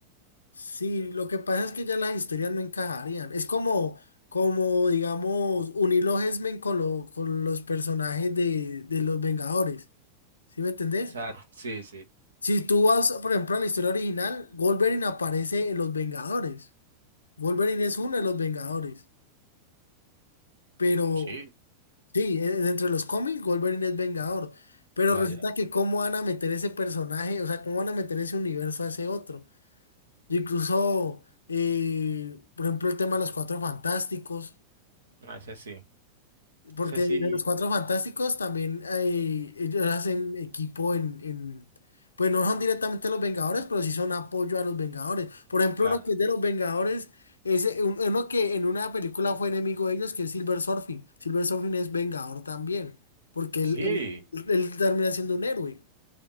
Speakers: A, on the left; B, on the right.
A: Sí, lo que pasa es que ya las historias no encajarían. Es como, como digamos, unir los X-Men con, lo- con los personajes de, de los Vengadores. ¿Sí me entendés?
B: sea, sí, sí.
A: Si tú vas, por ejemplo, a la historia original, Wolverine aparece en los Vengadores. Wolverine es uno de los Vengadores. Pero
B: Sí.
A: sí, e- entre los cómics, Wolverine es Vengador. Pero
B: Vaya,
A: resulta que cómo van a meter ese personaje, o sea, cómo van a meter ese universo a ese otro. Y incluso, eh, por ejemplo, el tema de los Cuatro Fantásticos,
B: a ese sí.
A: porque
B: sé si
A: de los Cuatro Fantásticos también eh, ellos hacen equipo en, en- pues no son directamente los Vengadores, pero sí son apoyo a los Vengadores. Por ejemplo,
B: la...
A: uno que es de los Vengadores, es eh, un- uno que en una película fue enemigo de ellos, que es Silver Surfing. Silver Surfing es Vengador también, porque
B: Sí,
A: él, él, él termina siendo un héroe.